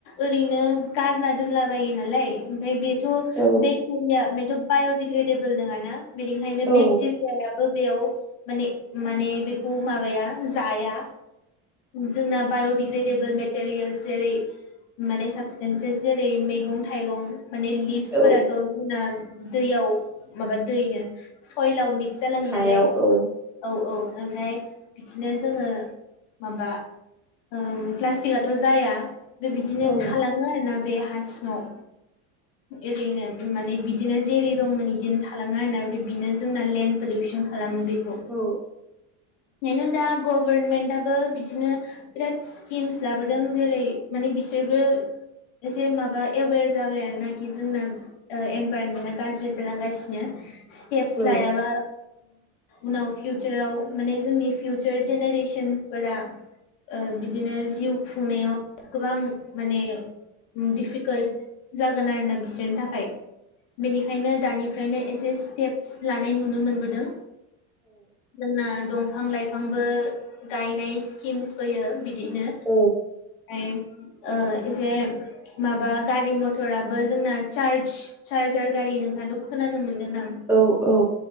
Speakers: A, on the left; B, in the centre.
A: ओरैनो गारना दोनला बायो नालाय ओमफ्राय बेथ'
B: औ
A: बेक्टेरिया बेथ' बाय'डिग्रेडेबोल नोङाना बेनिखायनो
B: औ
A: बेक्टे याबो बेयाव माने माने बेखौ माबाया जाया जोंना बाय'दिक ग्रेडेबोल मेटेरियेल जेरै माने साबसटेनसेस जेरै मे मैगं थाइगं माने लिभसफोराथ'
B: औ
A: जोंना दैयाव माबा दैनो सयलाव मिक्स जालाङो
B: हायाव
A: नालाय
B: औ
A: औ-औ ओमफ्राय बिदिनो जोङो माबा ओम प्लास्टिकआथ' जाया बे बिदिनो
B: औ
A: थालाङो आरोना बे हा सिं वाव ओरैनो माने बिदिनो जेरै दंमोन बिदिनो थाङो आरोना ओमफाय बिनो जोंना लेन्ड पलिउसन खालामो बेखौ
B: औ
A: बेनो दा गभारनमेन्टाबो बिदिनो बिराद स्किमस लाबोदों जेरै माने बिसोरबो एसे माबा एवेर जाबाय आरो नाकि जोंना इनभारनमेन्टा गाज्रि जालांगासिनो स्टेप्स
B: औ
A: लायाबा उनाव फिउचाराव माने जोंनि फिउचार जेनेरेशनसफोरा ओ बिदिनो जिउ खुंनायाव गोबां माने दिफिक कालत जागोन आरोना बिसोरनि थाखाय बेनिखायनो दानिफ्रायनो एसे स्टेप्स लानाय नुनो मोनबोदों जोंना दंफां लाइफांबो गायनाय स्किम्स फैयो बिदिनो
B: औ
A: ओमफ्राय एसे माबा गारि मटराबो जोंना चार्ज चार्जार गारि नोंथाङाथ' खोनानो मोन्दों दां
B: औ-औ